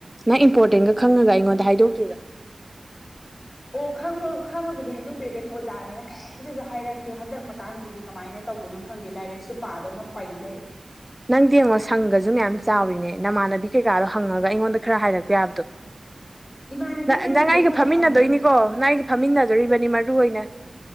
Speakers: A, in the centre; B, on the left.
A: ꯅꯪ ꯏꯝꯄꯣꯔꯇꯦꯟꯒ ꯈꯪꯉꯒ ꯑꯩꯉꯣꯟꯗ ꯍꯥꯏꯗꯣꯛꯇ꯭ꯔꯤꯕ꯫
B: ꯑꯣ ꯈꯪꯕ ꯈꯪꯉꯕꯨꯗꯤ ꯍꯥꯏꯗꯣꯛꯄꯤꯔꯛꯀꯅꯤ ꯑꯣꯖꯥꯅꯤꯅ ꯀꯔꯤꯝꯇꯁꯨ ꯍꯥꯏꯔꯛꯇꯦ ꯍꯟꯗꯛ ꯃꯇꯥꯡꯁꯤꯗꯤ ꯀꯃꯥꯏꯅ ꯇꯧꯗꯣꯏꯅꯣ꯫ ꯈꯪꯗꯦ ꯂꯥꯏꯔꯤꯛꯁꯨ ꯄꯥꯗꯧꯅ ꯄꯩ ꯂꯩꯔꯦ꯫
A: <inaudible> ꯅꯪꯗꯤ ꯌꯦꯡꯉꯣ ꯁꯪꯒꯁꯨ ꯃꯌꯥꯝ ꯆꯥꯎꯔꯤꯅꯦ ꯅꯃꯥꯟꯅꯕꯤ ꯀꯩꯀꯥꯗꯣ ꯍꯪꯉꯒ ꯑꯩꯉꯣꯟꯗ ꯈꯔ ꯍꯥꯏꯔꯛꯄ ꯌꯥꯕꯗꯣ꯫
B: ꯏꯃꯥꯟꯅꯕꯤ
A: ꯅꯪ
B: ꯃꯌꯥꯝꯗꯨꯁꯨ ꯑꯩꯉꯣꯟꯗꯩ
A: ꯑꯩꯒ ꯐꯝꯃꯤꯟꯅꯗꯣꯏꯅꯤꯀꯣ
B: ꯍꯪꯅꯤ
A: ꯅꯪ ꯑꯩꯒ ꯐꯝꯃꯤꯟꯅꯗꯣꯔꯤꯕꯅꯤ ꯃꯔꯨ ꯑꯣꯏꯅ꯫